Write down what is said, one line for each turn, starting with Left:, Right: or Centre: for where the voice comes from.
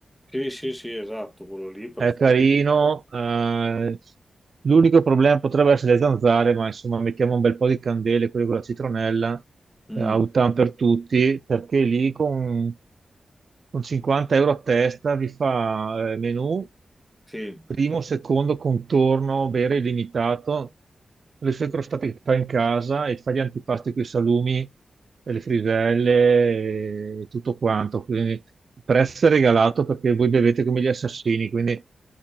Centre: Sì, sì, sì, esatto, quello lì, perfetto.
Right: È carino, eh, l'unico problema potrebbe essere le zanzare, ma insomma mettiamo un bel po' di candele, quelle con la citronella,
Centre: Mm,
Right: eh, autan per tutti, perché lì con, con 50 euro a testa vi fa eh, menù
Centre: sì,
Right: Primo, secondo contorno, bere illimitato, le sue crostate che fai in casa e fai gli antipasti con i salumi e le friselle e tutto quanto. Quindi il prezzo è regalato perché voi bevete come gli assassini, quindi